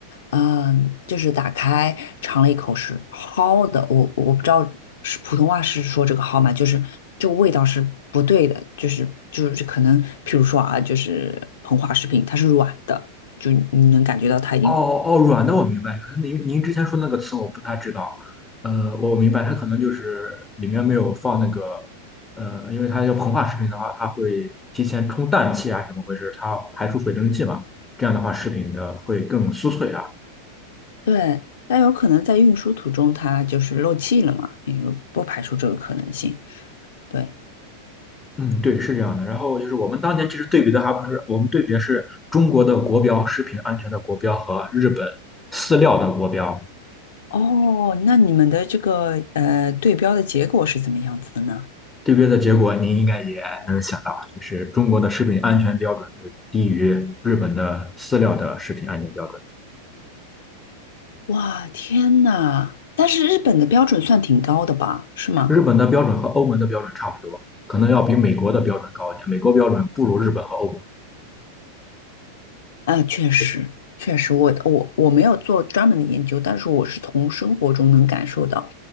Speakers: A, on the left; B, on the left.
A: 嗯，就是打开尝了一口是蒿的，我我不知道是普通话是说这个蒿吗？就是这个味道是不对的，就是就是可能，譬如说啊，就是膨化食品，它是软的，就你能感觉到它已经
B: 哦哦，软的我明白，可能您您之前说那个词我不太知道，呃，我明白，它可能就是里面没有放那个，呃，因为它要膨化食品的话，它会提前充氮气啊，怎么回事？它排出水蒸气嘛，这样的话食品的会更酥脆啊。
A: 对，但有可能在运输途中它就是漏气了嘛，也有不排除这个可能性。对，
B: 嗯，对，是这样的。然后就是我们当年其实对比的还不是，我们对比的是中国的国标，食品安全的国标和日本饲料的国标。
A: 哦，那你们的这个呃对标的结果是怎么样子的呢？
B: 对边的结果您应该也能想到，就是中国的食品安全标准是低于日本的饲料的食品安全标准。
A: 哇，天呐！但是日本的标准算挺高的吧？是吗？
B: 日本的标准和欧盟的标准差不多，可能要比美国的标准高一点。美国标准不如日本和欧盟。
A: 啊，确实，确实，我我我没有做专门的研究，但是我是从生活中能感受到，